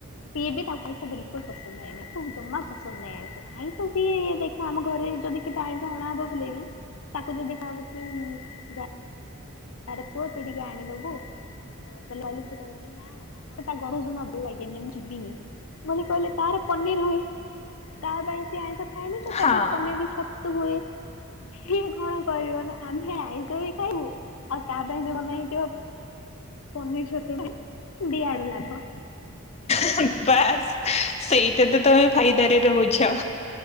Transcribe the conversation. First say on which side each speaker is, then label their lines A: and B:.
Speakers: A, on the left (about 75°); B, on the left (about 30°).
A: ସିଏ ବି ତାପାଇଁ ସେ ବିଲକୁଲ୍ ପସନ୍ଦ <inaudible> ତାକୁ ଜମା ପସନ୍ଦ ନାଇଁ ଆଇଁଷ, ଆଇଁଷ ସିଏ ଦେଖ ଆମ ଘରେ ଯଦ୍ ଯଦି କେବେ ଆଇଁଷ ଅଣାହବ ହେଲେ ବି ତାକୁ ଯଦି କୁହାଯିବ କି ଯା ଆରେ ପୁଅ ତୁ ଟିକେ ଆଣିଦବୁ ବଲେ ହାଉଲେ ସେ କହିବକି ନା-ନା-ନା ମତେ ତା ଗନ୍ଧ ଜମା ଭଲ୍ ଲାଗେ <inaudible> ମୁଁ ଯିବିନି ବୋଲି କହିଲେ ତାର ପନିର ହୁଏ ତା ପାଇଁ ସେ ଆଇଁଷ ଖାଏନି ତ ତା
B: ହଁ
A: ପାଇଁ ପନିର କି ଛତୁ ହୁଏ ହେ ଘର କରିବନା ଆମେ ଆଇଁଷ ବି ଖାଇବୁ ଆଉ ତା ପାଇଁ ଯୋଉ ବନା ହେଇଥିବ ପନିର ଛତୁ ଖାଇବୁ, ଦି ଆଡୁ ଲାଭ।
B: <inaudible> ବାସ୍ ସେଇଟା ତ ତମେ ଫାଇଦାରେ ରହୁଛ।